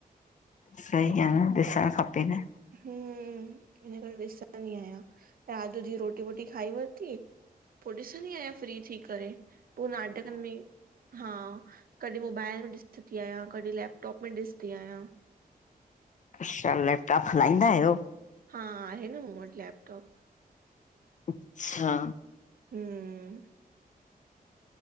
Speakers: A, on the left (about 55°); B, on the right (about 70°).
A: सही आ न ॾिसण खपे न।
B: हम हिन करे ॾिसंदी आयां रात जी रोटी वोटी खाई वरती। पो ॾिसंदी आयां फ्री थी करे पो नाटकन में इ हा कॾहिं मोबाइल में ॾिसंदी आयां कॾहिं लैपटॉप में ॾिसंदी आहियां।
A: अच्छा लैपटॉप हलाईंदा आहियो?
B: हा आहे न मूं वट लैपटॉप।
A: अच्छा।
B: हम।